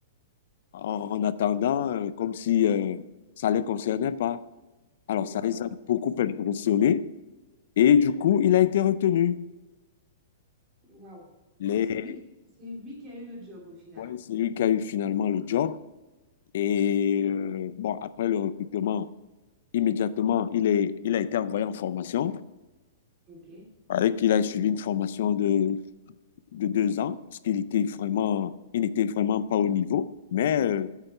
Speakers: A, on the left; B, on the right.
A: en, en attendant, euh, comme si euh, ça ne les concernait pas. Alors,
B: c'est
A: ça les
B: ça.
A: a beaucoup impressionnés et du coup, il a été retenu.
B: Waouh.
A: Les...
B: Donc c'est lui, qui- c'est lui qui a eu le job au final.
A: ouais, c'est lui qui a eu finalement le job. Et euh, bon, après le recrutement, immédiatement, il est, il a été envoyé en formation.
B: Ok.
A: Avec, il a suivi une formation de de deux ans, parce qu'il était vraiment, il n'était vraiment pas au niveau, mais euh,